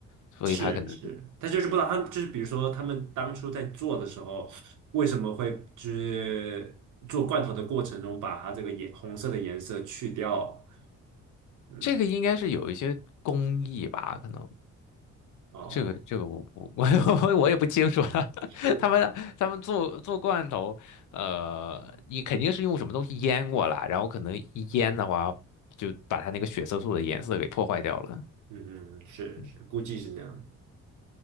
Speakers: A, on the left; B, on the right.
A: 所以它可能
B: 是是，但就是不知道他们就是比如说他们当初在做的时候，为什么会就是做罐头的过程中把它这个颜红色的颜色去掉？嗯，
A: 这个应该是有一些工艺吧，可能
B: 哦，
A: 这个这个我我我 <laughs> 我也不清楚了。
B: 是，
A: <laughs> 他们他们做做罐头，呃，你肯定是用什么东西腌过了，然后可能一腌的话，就把它那个血色素的颜色给破坏掉了。
B: 嗯嗯是是，
A: 嗯
B: 估计是那样。